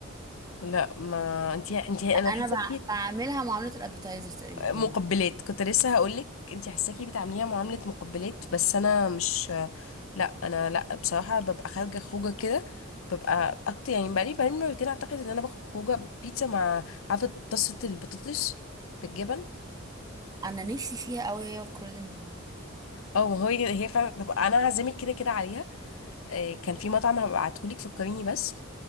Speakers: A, on the left; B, on the right.
A: لا ما انتي انتي
B: انا
A: انا حاسه
B: بع... بعملها معاملة الابيتايزر تقريبا
A: مقبلات كنت لسه هقولك انتي حاساكي بتعامليها معاملة مقبلات بس انا مش لا انا لا بصراحة ببقى خارجة خروجة كده ببقى اكتر يعني بقالي بقالي مرتين اعتقد ان انا باخد خروجة بيتزا مع عارفة طاسة البطاطس بالجبن
B: انا نفسي فيها قوي هي والكوردن بلو
A: اه ما هو هي هي فعلا طب انا هعزمك كده كده عليها آه، كان في مطعم هبعتهولك فكريني بس